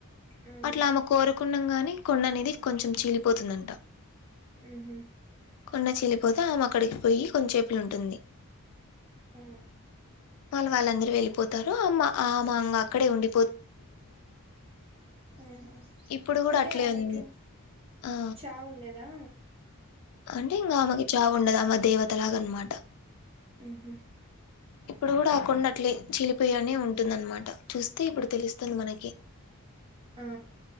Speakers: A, on the right (about 25°); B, on the left (about 80°).
A: మ్మ్
B: అట్లా ఆమె కోరు కుండం గాని కొండ అనేది కొంచెం చీలిపోతుందంట
A: మ్మ్ హు
B: కొండ చీల్లిపోతె ఆమ అక్కడి పోయి కొంచేపులు ఉంటుంది
A: ఆ
B: వాళ్ళ వాళ్ళందరు వెళ్ళిపోత్ తరు అమ ఆమా అంగక్కడే ఉండి
A: ఆహా
B: ఇప్పుడు కూడా
A: అంటే
B: అట్లే
A: ఆమెకు
B: ఉంది ఆ
A: చావుండదా.
B: అంటే ఇంగ ఆమెకు చావు ఉండదు అమ్మ దేవత లాగ అనమాట
A: ఊహ్మ్
B: ఇప్పుడు గూడా ఆ కొండట్లే. చిలిపయానే ఉంటుందన్నమాట చూస్తే ఇప్పుడు తెలుస్తుంది మన
A: ఆ